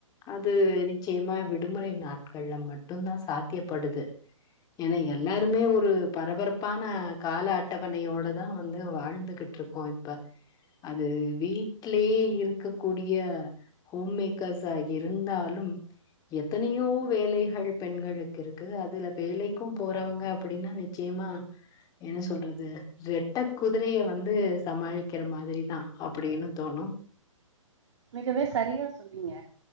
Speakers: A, on the left; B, on the right.
A: அது நிச்சயமா விடுமுறை நாட்கள்ல மட்டுந்தா சாத்தியப்படுது ஏனா எல்லாருமே ஒரு பரபரப்பான கால அட்டவணையோடதா வந்து வாழ்ந்துகிட் ருக்கோ இப்ப அது வீட்லயே இருக்கக்கூடிய ஹோம் மேக்கஸ்ஸா இருந்தாலும் எத்தனையோ வேலைகள் பெண்களுக்கு இருக்குது அதுல வேலைக்கும் போறவங்க அப்படினா நிச்சயமா என்ன சொல்றது ரெட்ட குதிரையை வந்து சமாளிக்கிற மாதிரி தா அப்படினு தோணு
B: மிகவே சரியா சொன்னீங்க